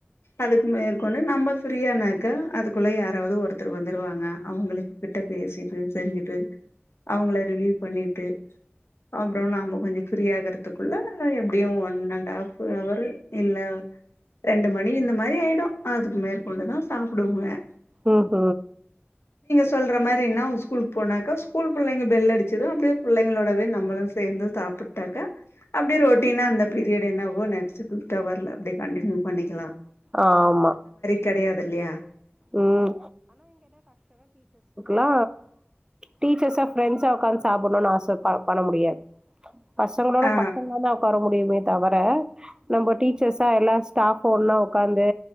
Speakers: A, on the left; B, on the right.
A: அதுக்கு மேற்கொண்டு நம்ம ஃபிரீயானாக்கா அதுக்குள்ள யாராவது ஒருத்தர் வந்துருவாங்க அவங்களுகிட் பேசிட்டு செஞ்சுட்டு அவங்கள ரிலீவ் பண்ணிட்டு அப்புறோ நாம கொஞ்சோ பிரிய ஆகுறதுக்குள்ள எப்படியு ஒன் அண்ட் ஹாஃப் அவரு இல்ல ரெண்டு மணி இந்த மாரி ஆயிடு அதுக்கு மேற்கொண்டுதா சாப்டுவே
B: ம் ம்
A: சொல்ற மாரி என்ன ஒரு ஸ்கூல் போனாக்க ஸ்கூல் புள்ளைங்க பெல் அடிச்சது அப்டியே புள்ளைங்களோடவே நம்பளு சேந்து சாப்பிட்டாக்க அப்டி ரொட்டீனா அந்த பீரியட் என்னவோ நெக்ஸ்ட் பிஃப்த் அவர்ல அப்படி கண்டடினியூ பண்ணிக்கலா
B: ஆமா
A: கெடையாதுல்லையா
B: ம் நா டீச்சர்ஸ்ஷா ஃபிரண்ட்ஸ்ஷா உக்காந்து சாப்புணுனு ஆச ப பன முடியாது பசங்களோட
A: ஆ
B: பசங்கதா உக்கார முடியுமே தவர நம்ம டீச்சர்ஸா எல்லா ஸ்டாஃப் ஒன்னா ஒக்காந்து